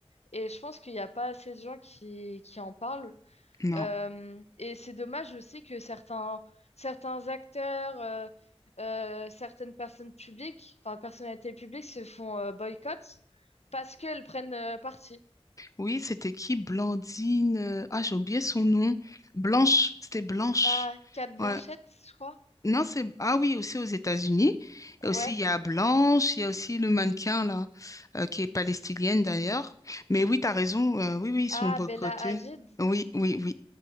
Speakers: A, on the left; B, on the left.
A: Et je pense qu'il n'y a pas assez de gens qui, qui en parlent.
B: non.
A: Euh, et c'est dommage aussi que certains, certains acteurs, euh, euh, certaines personnes publiques, enfin personnalités publiques se font euh, boycott parce qu'elles prennent euh, parti.
B: Oui, c'était qui? Blandine. euh, Ah, j'ai oublié son nom. Blanche, c'était Blanche.
A: Ah, Cat Blanchette,
B: Ouais.
A: je crois.
B: Non, c'est. Ah oui, aussi aux États-Unis. Et
A: Ouais.
B: aussi, il y a Blanche, il y a aussi le mannequin, là, euh, qui est palestinienne d'ailleurs. Mais oui, tu as raison. euh, oui, oui, ils
A: Ah,
B: sont boycottés.
A: Bella Hadid.
B: Oui, oui, oui.